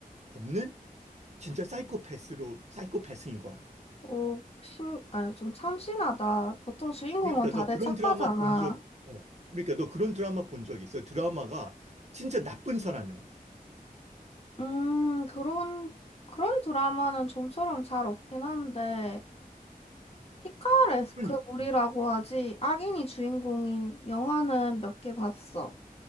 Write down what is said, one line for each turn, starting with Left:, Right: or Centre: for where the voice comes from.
Right: 없는 진짜 사이코패스로 사이코패스인 거야.
Left: 오, 신, 아, 좀 참신하다. 보통 주인공은
Right: 그러니까
Left: 다들
Right: 너 그런
Left: 착하잖아.
Right: 드라마 본 적, 어. 그러니까 너 그런 드라마 본 적 있어. 드라마가 진짜 나쁜 사람이야.
Left: 음, 그런, 그런 드라마는 좀처럼 잘 없긴 한데. 피카레스크
Right: 그러니까.
Left: 물이라고
Right: 음.
Left: 하지. 악인이 주인공인 영화는 몇 개 봤어.